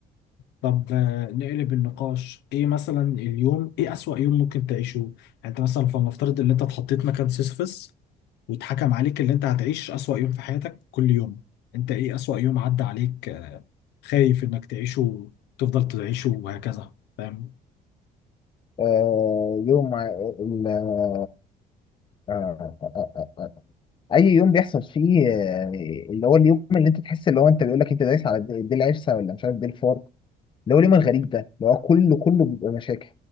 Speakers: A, on the left; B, on the left.
A: طب آه، نقلب النقاش ايه مثلا اليوم ايه اسوأ يوم ممكن تعيشه يعني انت مثلا فلنفترض ان انت اتحطيت مكان سيسيفس واتحكم عليك ان انت هتعيش اسوأ يوم في حياتك كل يوم انت ايه اسوأ يوم عدى عليك آه، خايف انك تعيشه تفضل تعيشه وهكذا فاهم
B: آه يوم ع- ال- آه آه آه آه. آه. اي يوم بيحصل فيه آه، اللي هو اليوم اللي انت تحس اللي هو انت بيقول لك انت دايس على دي العرسه ولا مش عارف دي الفار اللي هو اليوم الغريب ده اللي هو كله كله بيبقى مشاكل